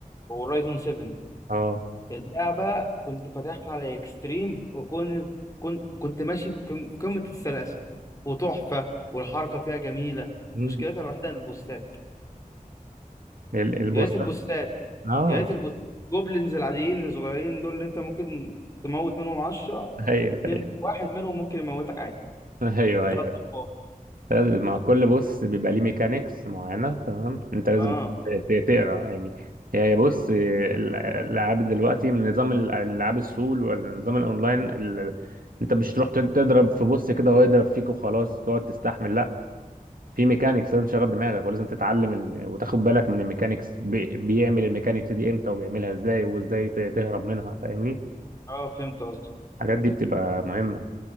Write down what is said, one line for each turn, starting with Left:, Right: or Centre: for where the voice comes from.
Left: ورايزون 7
Right: اه
Left: اللعبه كنت فاتحها على اكستريم وكنت كنت كنت ماشي بقم- قمه السلاسه وتحفه والحركه فيها جميله
Right: مم.
Left: مشكلتها الوحيده البوستات
Right: ال- البوستات
Left: يا ريت البوستات
Right: اه
Left: يا ريت البوست الجوبلينز العاديين الصغيرين دول اللي انت ممكن تموت منهم 10
Right: ايوه
Left: اتنين
Right: ايوه
Left: واحد منهم ممكن يموتك عادي
Right: <laughs> ايوه
Left: بتلات
Right: ايوه
Left: ضربات
Right: لازم مع كل بوست بيبقى ليه ميكانيكس معينه تمام انت لازم
Left: اه
Right: ت- تقرا يعني هي هي بص ال- الالعاب دلوقتي من نظام ال- الالعاب السول والنظام الاونلاين ال- انت مش تروح تد- تضرب في بوست كده وهو يضرب فيك وخلاص تقعد تستحمل لا في ميكانيكس لازم تشغل دماغك ولازم تتعلم ال- وتاخد بالك من الميكانيكس بي- بيعمل الميكانيكس دي امتى وبيعملها ازاي وازاي ت- تهرب منها فاهمني
Left: اه فهمت قصدي
Right: الحاجات دي بتبقى مهمه